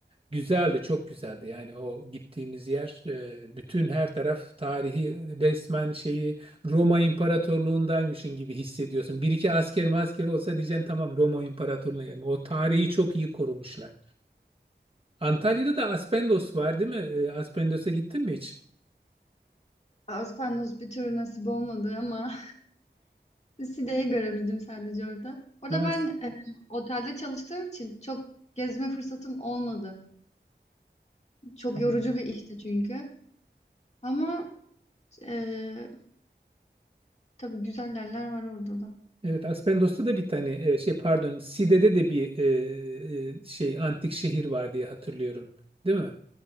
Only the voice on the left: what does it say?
Aspernos bir türlü nasip olmadı ama Side'yi görebildim sadece orada. Orada
ben e, otelde çalıştığım için çok gezme fırsatım olmadı. Çok
yorucu bir işti çünkü. Ama e, tabii güzel yerler var orada da.